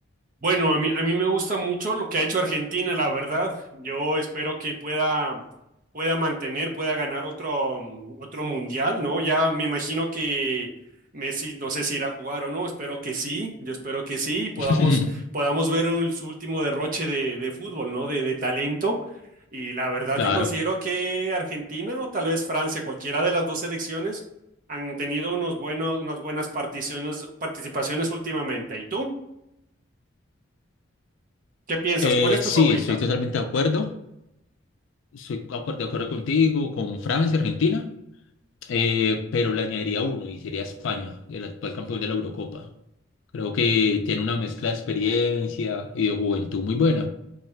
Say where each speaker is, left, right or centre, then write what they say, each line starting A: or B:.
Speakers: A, on the right; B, on the left.
A: Bueno, a mí, a mí me gusta mucho lo que ha hecho Argentina, la verdad. Yo espero que pueda, pueda mantener, pueda ganar otro, mm, otro mundial, ¿no? Ya me imagino que Messi, no sé si irá a jugar o no, espero que sí, yo espero que sí, y podamos,
B: <laughs>
A: podamos ver el- su último derroche de, de fútbol, ¿no? De, de talento. Y la verdad,
B: Claro.
A: yo considero que Argentina o tal vez Francia, cualquiera de las dos selecciones, han tenido unos buenos, unas buenas particiones, participaciones últimamente. ¿Y tú? ¿Qué piensas?
B: Eh,
A: ¿Cuál es tu
B: sí,
A: favorita?
B: estoy totalmente de acuerdo. Estoy de acuerdo, de acuerdo contigo, con Francia, Argentina. Eh, pero le añadiría uno y sería España, el actual campeón de la Eurocopa. Creo que tiene una mezcla de experiencia y de juventud muy buena.